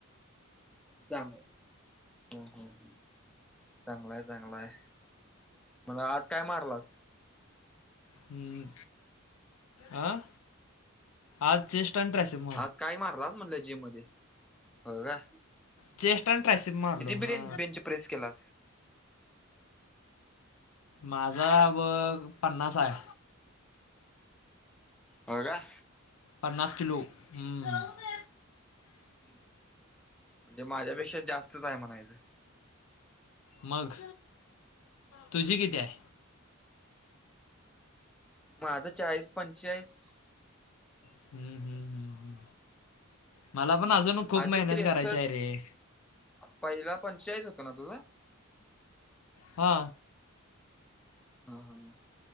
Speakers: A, in the centre; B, on the left (about 80°).
A: चाल <unintelligible> चांगलाय चांगलाय मग आज काय मारलास?
B: अं, आ आज चेस्ट पंधराशे म
A: आज काय मारलास म्हटलं जिम मध्ये, हो काय
B: चेस्ट अन ट्रायसीप मारलो
A: बिर्याणी
B: हा
A: बेंच प्रेस केला
B: माझा बघ पन्नास हाय.
A: होय का?
B: पन्नास किलो, हं
A: हं अन ते माझ्यापेक्षा जास्तच आहे म्हणायचं
B: मग तुझी किती हाय?
A: माझं चाळीस पंचेचाळीस.
B: हम्म हम्म हम्म हम्म, मला पण अजून खूप
A: आधी
B: मेहनत
A: त्रेसष्ट
B: करायची आहे रे.
A: पहिला पंचेचाळीस होत ना तुझं?
B: हा
A: हा हा हा.